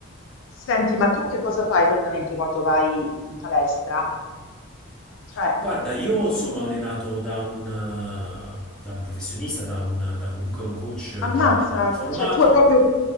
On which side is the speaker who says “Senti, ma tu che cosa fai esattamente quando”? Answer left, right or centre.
Left